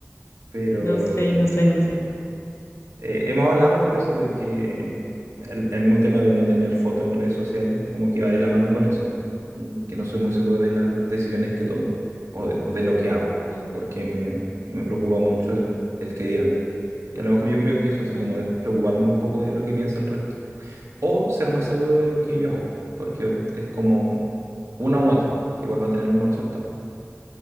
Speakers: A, on the right; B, on the left.
A: Pero...
B: no sé, no sé, no sé.
A: Eh, hemos hablado pues eso de que el, el mismo tema de no tener foto en redes sociales como que va de la mano con eso y que no soy muy seguro de las decisiones que tomo o de, o de lo que hago
B: Ujú,
A: porque me, me preocupa mucho el, el que dirán. Y a lo mejor yo creo que eso,
B: ujú.
A: así como de preocuparme un poco de lo que piensa el resto o ser más seguro de lo que yo hago porque es como una u otra que igual va a tener el mismo resultado.